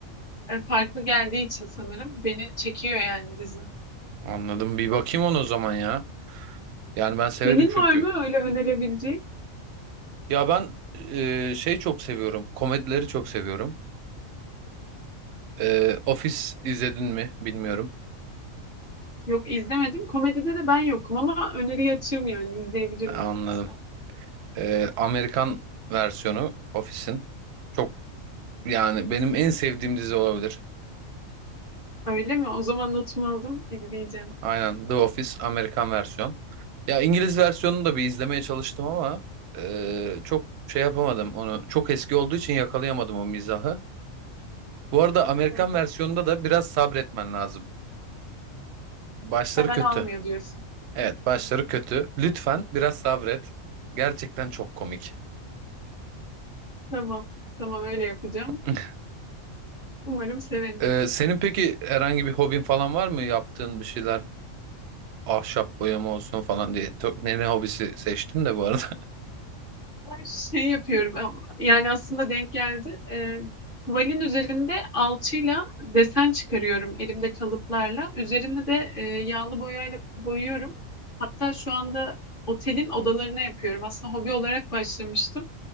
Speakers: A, on the left; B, on the right.
A: e, farklı geldiği için sanırım beni çekiyor yani dizi.
B: anladım bir bakayım ona o zaman ya. Yani ben severim
A: Senin
B: çünkü.
A: var mı öyle önerebileceğin?
B: Ya ben e, şey çok seviyorum komedileri çok seviyorum. E, Office izledin mi bilmiyorum.
A: Yok izlemedim. Komedide de ben yokum ama öneri açığım yani izleyebilirim
B: Ha, Anladım.
A: o yüzden.
B: E, Amerikan versiyonu Office'in çok yani benim en sevdiğim dizi olabilir.
A: Öyle mi? O zaman notumu aldım, izleyeceğim.
B: Aynen The Office Amerikan versiyon. Ya İngiliz versiyonunu da bir izlemeye çalıştım ama e, çok şey yapamadım onu. Çok eski olduğu için yakalayamadım o mizahı. Bu arada Amerikan
A: Hı hı.
B: versiyonunda da biraz sabretmen lazım. Başları
A: Hemen
B: kötü.
A: almıyor diyorsun.
B: Evet, başları kötü. Lütfen biraz sabret. Gerçekten çok komik.
A: Tamam. Tamam öyle yapacağım.
B: <laughs>
A: Umarım severim.
B: E, senin peki herhangi bir hobin falan var mı? Yaptığın bir şeyler ahşap boyama olsun falan diye. To- ne ne hobisi seçtim de bu arada.
A: Şey yapıyorum ama- yani aslında denk geldi. Ee, tuvalin üzerinde alçıyla desen çıkarıyorum elimde kalıplarla. Üzerine de e, yağlı boyayla boyuyorum. Hatta şu anda otelin odalarına yapıyorum. Aslında hobi olarak başlamıştım.